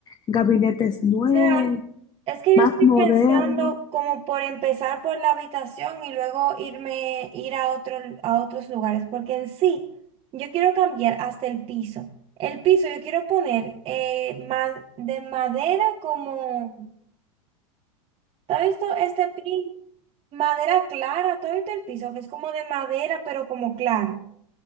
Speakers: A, on the left; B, on the right.
A: Gabinetes nuevos,
B: sea, es que yo
A: más
B: estoy
A: modernos.
B: pensando como por empezar por la habitación y luego irme, ir a otro, a otros lugares, porque en sí, yo quiero cambiar hasta el piso. El piso yo quiero poner eh, ma- de madera como, ¿tú has visto este piso? Madera clara, ¿tú has visto el piso? Que es como de madera, pero como clara.